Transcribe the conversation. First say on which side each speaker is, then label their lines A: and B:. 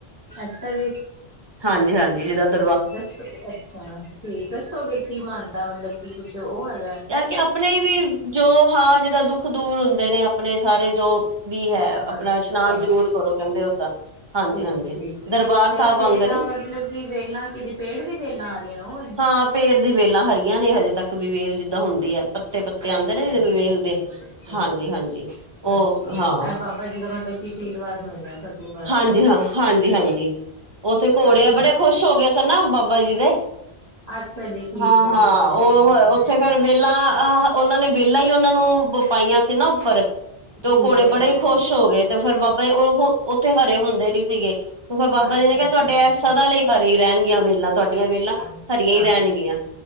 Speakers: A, on the left; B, on the right.
A: ਅੱਛਾ, ਜੀ।
B: ਹਾਂਜੀ, ਹਾਂਜੀ ਇਦਾ ਦ
A: ਦੱਸੋ ਅੱਛਾ ਠੀਕ, ਦੱਸੋਗੇ ਕੀ ਮਾਨਤਾ ਮਤਲਬ ਕੀ ਕੁੱਛ ਓ ਹੈਗੈ?
B: ਤੇ ਅਪਨੇ ਵੀ ਜੋ ਹਾਂ ਜਿਦਾ ਦੁੱਖ ਦੂਰ ਹੁੰਦੇ ਨੇ ਅਪਣੇ ਸਾਰੇ ਜੋ ਵੀ ਹੈ ਅਪਨਾ
A: ਅੱਛਾ
B: ਇਸ਼ਨਾਨ ਜਰੂਰ ਕਰੋ ਕੈਂਦੇ ਓਦਾਂ। ਹਾਂਜੀ
A: ਠੀਕ
B: ਹਾਂਜੀ
A: ਏ, ਠੀਕ ਏ
B: ਦਰਬਾਰ
A: ਤੇ
B: ਸਾਹਿਬ
A: ਐ
B: ਵਾਂਗ
A: ਵੇਲਾਂ
B: ਨੀ
A: ਮਤਲਬ ਕਿ ਵੇਲਾਂ ਕਿਦੀ ਪੇੜ ਦੀ ਵੇਲਾਂ ਆ ਰਈਆਂ ਨ ਓ ਏ?
B: ਹਾਂ ਪੇੜ ਦੀ ਵੇਲਾਂ ਹਰੀਆਂ ਨੇ ਹਜੇ ਤੱਕ ਵੀ ਵੇਲ ਜਿੱਦਾਂ ਹੁੰਦੀ ਐ। ਪੱਤੇ-ਪੱਤੇ ਆਂਦੇ
A: ਅੱਛਾ
B: ਨੇ ਜਿਦੇ
A: ਜੀ
B: ਵੇਲਦੇ
A: ਅੱਛਾ ਜੀ ਅੱਛਾ
B: ਹਾਂਜੀ, ਹਾਂਜੀ ਓ
A: ਅੱਛਾ
B: ਹਾਂ।
A: ਇਹ ਬਾਬਾ ਜੀ ਦਾ ਮਤਲਬ ਕਿ ਆਸ਼ੀਰਵਾਦ ਮਿਲਿਆ ਸੱਤਵੇਂ ਪਾਤਸ਼ਾਹ
B: ਹਾਂਜੀ,
A: ਜੀ ਦਾ
B: ਹਾਂ, ਹਾਂਜੀ, ਹਾਂਜੀ ਓਥੇ ਘੋੜੇ
A: ਅੱਛਾ
B: ਬੜੇ
A: ਜੀ
B: ਖੁਸ਼ ਹੋਗੇ। <unintelligible> ਬਾਬਾ ਜੀ ਦੇ।
A: ਅੱਛਾ, ਜੀ। ਠੀਕ
B: ਹਾਂ,
A: ਹੈ ਠੀਕ
B: ਹਾਂ
A: ਹੈ ਠੀਕ
B: ਓ
A: ਹੈ ਠੀਕ
B: ਉਥੇ
A: ਹੈ ਠੀਕ
B: ਫੇਰ
A: ਹੈ
B: ਵੇਲਾਂ ਅ ਹਂ ਓਨਾਂ ਨੇ ਵੇਲਾਂ ਈ ਓਨਾ ਨੂੰ ਪਾਈਆਂ ਸੀ ਨਾ ਉਪਰ, ਤੇ
A: ਠੀਕ
B: ਓ ਘੋੜੇ
A: ਹੈ ਜੀ
B: ਬੜੇ ਈ ਖੁਸ਼ ਖੁਸ਼ ਹੋ ਗਏ ਤੇ ਫੇਰ ਬਾਬਾ ਈ, ਓ ਉਥੇ ਹਰੇ ਹੁੰਦੇ ਨੀ ਸੀਗੇ ਓ ਬਾਬਾ
A: ਅੱਛਾ
B: ਜੀ ਨੇ ਕੇਆ
A: ਅੱਛਾ
B: ਤੂਆਡੇ
A: ਅੱਛਾ
B: ਏ
A: ਅੱਛਾ
B: ਸਦਾ ਲਈ ਹਰੇ ਈ ਰੈਨ ਗੀਆਂ ਵੇਲਾਂ, ਤੂਆਡੀਆਂ ਵੇਲਾਂ।
A: ਅੱਛਾ,
B: ਹਰੀਆਂ ਹੀ ਰੈਣਗੀਆਂ,